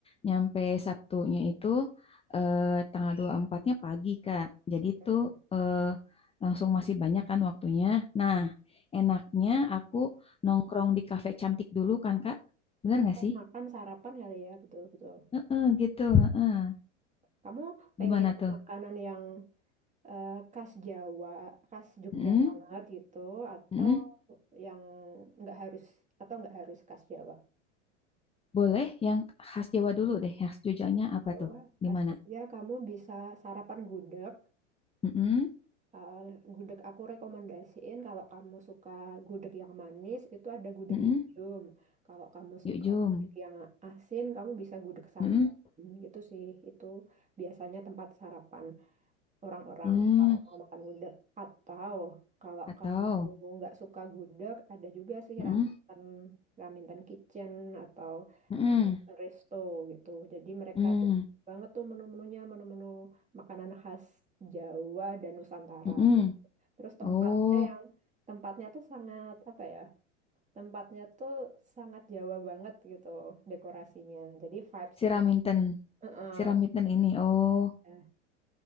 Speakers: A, on the left; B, on the right.
A: nyampe Sabtunya itu eh, tanggal 24 empatnya pagi, Kak. Jadi
B: Hmm.
A: tuh eh, langsung masih banyak kan waktunya. Nah, enaknya aku nongkrong di kafe cantik dulu kan, Kak. Bener gak
B: Pas
A: sih?
B: makan sarapan kali ya, betul-betul.
A: Heeh, gitu. heeh.
B: Kamu pengen
A: Gimana tuh?
B: makanan yang eh, khas Jawa, khas Jogja
A: Mm-mm,
B: banget gitu, atau
A: mm-mm.
B: yang nggak harus, atau nggak harus khas Jawa?
A: Boleh yang khas Jawa dulu deh. Khas Jogjanya apa
B: Jawa,
A: tuh?
B: khas
A: Di mana?
B: Jogja, kamu bisa sarapan gudeg.
A: Mm-mm,
B: Eh, gudeg aku rekomendasiin kalau kamu suka gudeg yang manis, itu ada gudeg
A: mm-mm.
B: Yujum. Kalau kamu
A: Yuk,
B: suka
A: jom.
B: gudeg yang asin, kamu bisa gudeg Sagan.
A: Mm-mm.
B: Gitu sih, itu biasanya tempat sarapan. orang-orang
A: Hmm,
B: kalau mau makan gudeg. Atau kalau
A: atau
B: kamu nggak suka gudeg, ada juga sih
A: hmm,
B: Raminten, Raminten Kitchen atau
A: hmm,
B: Raminten Resto gitu. Jadi mereka
A: hmm,
B: tuh banyak banget tuh menu-menunya, menu-menu makanan khas Jawa dan Nusantara.
A: hmm, hmm.
B: Terus tempatnya
A: Oh,
B: yang tempatnya tuh sangat apa ya? Tempatnya tuh sangat Jawa banget gitu dekorasinya. Jadi vibes-nya.
A: siraminten,
B: Heeh.
A: siraminten ini. Oh,
B: Nah,